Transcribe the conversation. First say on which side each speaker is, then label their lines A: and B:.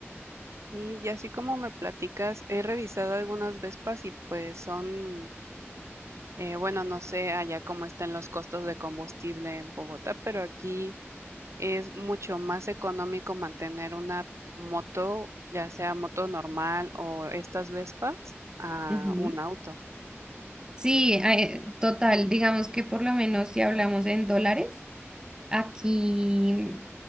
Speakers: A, on the right (about 85°); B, on the right (about 15°).
A: Y, y así como me platicas, he revisado algunas Vespas y pues son, eh, bueno, no sé allá cómo están los costos de combustible en Bogotá, pero aquí Es mucho más económico mantener una moto, ya sea moto normal o estas Vespas, a
B: Ujú.
A: un auto.
B: Sí, eh, total, digamos que por lo menos si hablamos en dólares, aquí